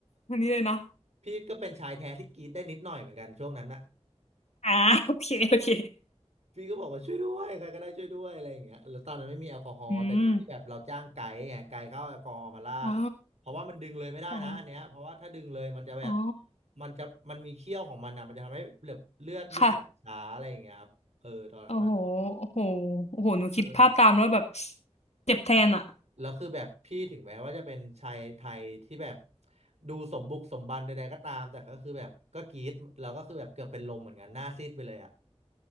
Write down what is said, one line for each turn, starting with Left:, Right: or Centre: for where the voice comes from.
Left: อันนี้เลยนะ
Right: พี่ก็เป็นชายแท้ที่กรีดได้นิดหน่อยเหมือนกันช่วงนั้นนะ
Left: อ่า <laughs> โอเคโอเค
Right: พี่ก็บอกว่าช่วยด้วยใครก็ได้ช่วยด้วยอะไรอย่างเงี้ยแล้วตอนนั้นไม่มีแอลกอฮอล์แต่ดีที่แบบเราจ้างไกด์ไงไกด์เขาเอาแอลกอฮอล์มาราดเพราะว่ามันดึงเลยไม่ได้นะอันเนี้ยเพราะว่าถ้าดึงเลยมันจะแบบ
Left: อืมอ๋ออ๋ออ๋อ
Right: มันจะมันมีเขี้ยวของมันอ่ะมันจะทำให้เลือดเลือดหยุดไหลช้าอะไรอย่างเงี้ยครับเออตอนนั้นอ่ะ
Left: ค่ะโอ้โหโอ้โหโอ้โหหนูคิดภาพตามแล้วแบบ
Right: เออ
Left: เจ็บแทนอ่ะ
Right: แล้วคือแบบพี่ถึงแม้ว่าจะเป็นชายไทยที่แบบดูสมบุกสมบันใดๆก็ตามแต่ก็คือแบบก็กรี๊ดแล้วก็คือแบบเกือบเป็นลมเหมือนกันหน้าซีดไปเลยอ่ะ